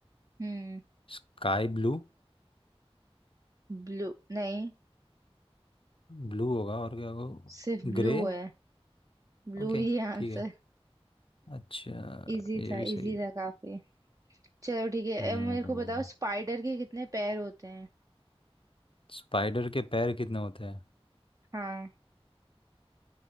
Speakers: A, on the right; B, on the left.
A: हम्म
B: Sky blue
A: ब्लू नहीं
B: ब्लू होगा और क्या होगा
A: सिर्फ ब्लू
B: ग्रे
A: है ब्लू
B: ओके
A: ही आंसर
B: ठीक है अच्छा
A: इजी <laughs>
B: ये
A: था
B: भी सही
A: इजी
B: है
A: था काफी चलो ठीक है
B: हम्म
A: अब मेरे को बताओ स्पाइडर के कितने पैर होते हैं
B: स्पाइडर के पैर कितने होते हैं
A: हाँ